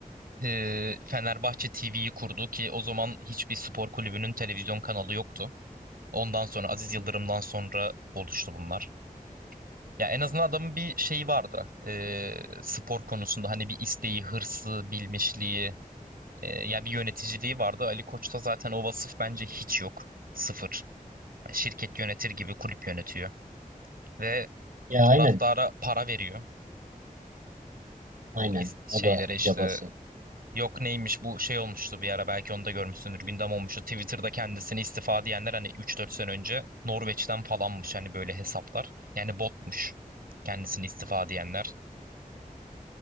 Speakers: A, on the right (about 85°); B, on the right (about 65°).
A: e, Fenerbahçe TV'yi kurdu ki o zaman hiçbir spor kulübünün televizyon kanalı yoktu. Ondan sonra Aziz Yıldırım'dan
B: hı.
A: sonra oluştu bunlar. Ya en azından adamın bir şeyi vardı. E, spor konusunda hani bir isteği, hırsı, bilmişliği, e, ya bir yöneticiliği vardı. Ali Koç'ta zaten o vasıf bence hiç yok. Sıfır. şirket yönetir gibi kulüp yönetiyor ve
B: Ya
A: taraftara
B: aynen,
A: para veriyor
B: aynen.
A: bu iz- şeylere
B: O da
A: işte
B: cabası.
A: yok neymiş bu şey olmuştu bir ara belki onu da görmüşsündür gündem olmuştu Twitter'da kendisini istifa diyenler hani üç dört sene önce Norveç'ten falanmış hani böyle hesaplar yani botmuş kendisini istifa diyenler.